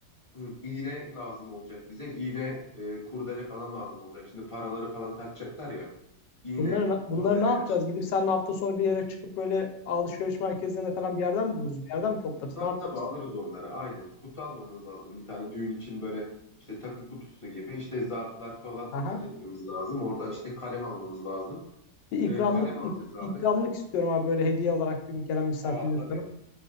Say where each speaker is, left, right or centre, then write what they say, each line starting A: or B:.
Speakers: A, on the left; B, on the left.
A: <clears throat> iğne lazım olacak bize. İğne, e, kurdele falan lazım olacak. Şimdi paraları falan takacaklar ya. İğne,
B: Bunları, bunları
A: kurdele
B: ne yapacağız?
A: işte.
B: Gidip seninle hafta sonu bir yere çıkıp böyle alışveriş merkezlerine falan bir yerden mi buluruz? Bir yerden mi toplarız?
A: Tabii
B: Ne yaparız?
A: tabii alırız onları aynen. Kutu almamız lazım. Bir tane düğün için böyle işte takı kutusu gibi işte zarflar falan
B: Aha.
A: halletmemiz lazım. Orada işte kalem almamız lazım.
B: Bir ikramlık
A: Ee, kalem
B: ik-
A: alacağız abi.
B: ikramlık istiyorum abi böyle hediye olarak bir gelen misafirler
A: Aa tabii.
B: falan.